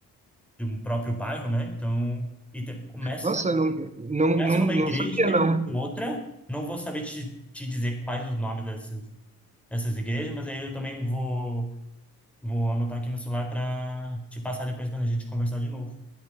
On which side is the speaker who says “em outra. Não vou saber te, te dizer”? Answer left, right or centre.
Centre